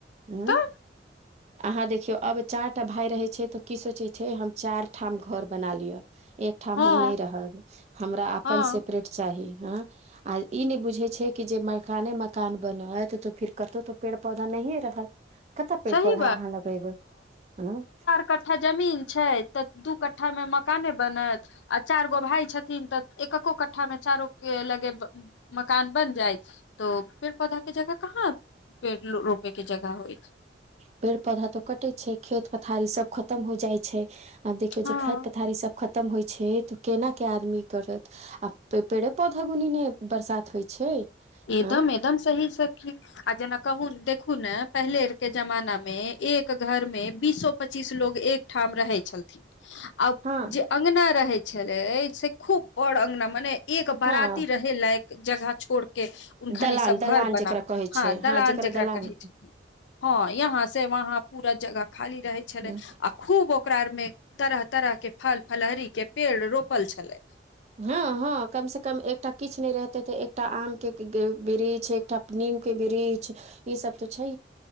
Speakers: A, on the right; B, on the left.
A: हॅं,
B: तऽ
A: अहां देखियौ अब चारि टा भाय रहैय छैय तऽ की सोचैय छैय हम चारि ठाम घर बना लियऽ। एकठाम
B: हँ
A: हम नै रहब हमरा अपन
B: हँ
A: सेपरेट चाही हँ आ नै बुझैय छैय कि जे मकाने मकान बनत तऽ फेर कतहु तऽ पेड़ पौधा नहिए रहत। कतह पेड़
B: सही
A: पौधा अहाँ लगेबैय ह
B: कठ्ठा जमीन छैय तऽ दु कट्ठा में मकाने बनत आ चारि गो भाय छथिन तऽ एकको कठ्ठा मे चारो के लगे मकान बन जायत तो पेड़ पौधा के जगह कहा पेड़ रोपे के जगह होइ छै,
A: पेड़ पौधा तऽ कटैय छै खेत पथारी सब खतम हो जाइ छैय। आ देखियौ
B: हँ
A: जे खेत पथारी सब खतम होइत छैय तऽ ओ केनाके आदमी करत आ पेड़े पौधा गुनी न बरसात होइ छै
B: एदमे
A: आँ
B: एकदम सही सखी आ जेना कहु देखु न पहिले के जमानामे एक टा घरमे बीसो पच्चीस लोग एकठाम रहय छलैय। आब
A: हँ
B: जे अंगना रहै छलैय से खुब बड़ अंगना मने एक बाराती
A: हँ
B: रहे लायक जगह छोड़ के घनि
A: दलान
B: इ सब
A: दलान
B: घर बनाउ
A: जेकरा कहै
B: हँ
A: छै
B: दलान
A: जेकरा
B: जकरा
A: दलान
B: कहैय छैय। हँ यहाँ से वहाँ पूरा जगह खाली रहे छले
A: हँ
B: आ खूब, ओकरा में तरह तरह के फल फलहरी के पेड़ रोपल छले
A: हँ हँ कम से कम एकटा किछ नहि रहतै तऽ एकटा आम के बृक्ष एकटा नीम के बृक्ष ई सब त छै